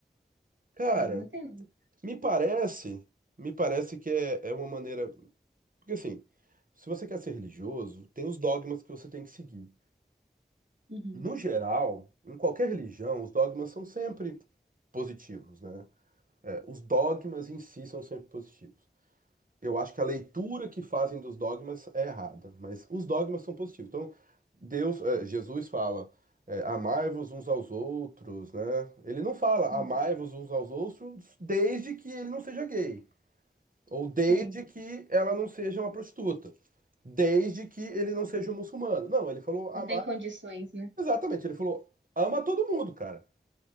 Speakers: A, on the right; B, on the right.
A: Cara,
B: É, não tem.
A: me parece, me parece que é, é uma maneira. Porque assim, se você quer ser religioso, tem os dogmas que você tem que seguir.
B: Uhum.
A: No geral, em qualquer religião, os dogmas são sempre positivos, né? É, os dogmas em si são sempre positivos. Eu acho que a leitura que fazem dos dogmas é errada, mas os dogmas são positivos. Então, Deus, eh, Jesus fala, eh, amai-vos uns aos outros, né? Ele não fala
B: Uhum.
A: amai-vos uns aos outros desde que ele não seja gay, ou desde
B: Gente.
A: que ela não seja uma prostituta, desde que ele não seja um muçulmano. Não, ele falou amar,
B: Não tem condições, né?
A: exatamente, ele falou ama todo mundo, cara.